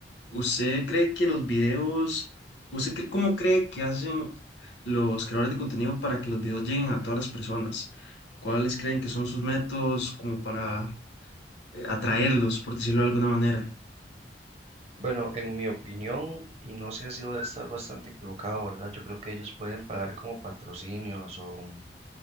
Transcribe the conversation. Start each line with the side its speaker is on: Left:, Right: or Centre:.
Left: ¿usted cree que los videos, usted cree- cómo cree que hacen los creadores de contenido para que los videos lleguen a todas las personas? ¿Cuáles creen que son sus métodos como para eh, atraerlos, por decirlo de alguna manera?
Right: Bueno, en mi opinión, y no sé si voy a estar bastante equivocado, ¿verdad? Yo creo que ellos pueden pagar como patrocinios o mm,